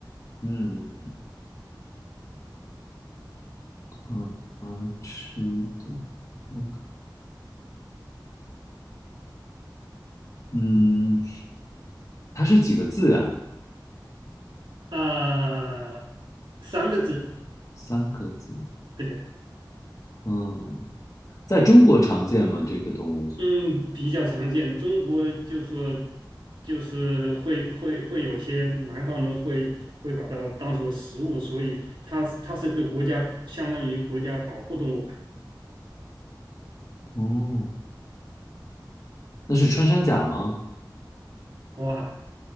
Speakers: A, on the left; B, on the right.
A: 嗯，啊啊，吃的，OK，嗯，它是几个字呀？
B: 啊、三个字，
A: 三个字，
B: 对，
A: 嗯，在中国常见吗？这个动物？
B: 嗯，比较常见。中国就说，就是会会会有些南方人会会把它当做食物，所以它它是个国家，相当于国家保护动物吧。
A: 哦，那是穿山甲吗？
B: 哇，